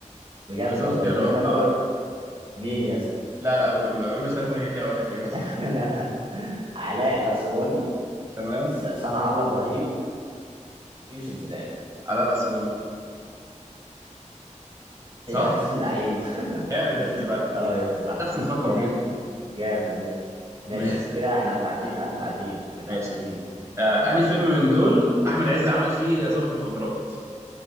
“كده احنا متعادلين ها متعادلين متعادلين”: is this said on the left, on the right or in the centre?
Right